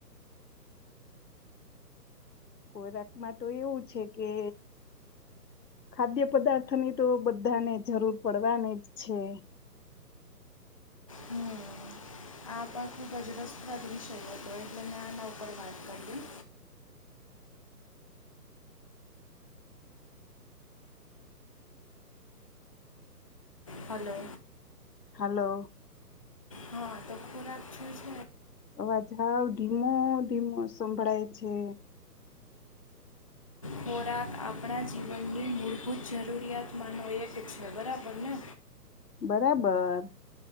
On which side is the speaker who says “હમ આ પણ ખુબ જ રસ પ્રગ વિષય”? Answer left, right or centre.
Left